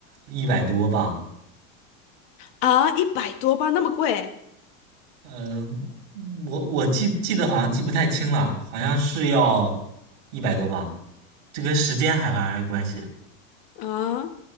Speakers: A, on the right; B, on the left.
A: 一百多吧。
B: 啊，一百多吧，那么贵
A: 嗯、我我记记得好像记不太清了，好像是要一百多吧。这跟时间还好像有关系，
B: 啊？